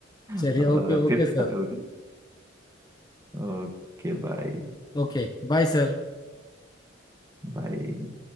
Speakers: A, on the left; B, on the right.
A: चलिए
B: <laughs> और
A: okay okay
B: फिर
A: sir
B: बात होगी Okay bye
A: Okay bye sir
B: बाय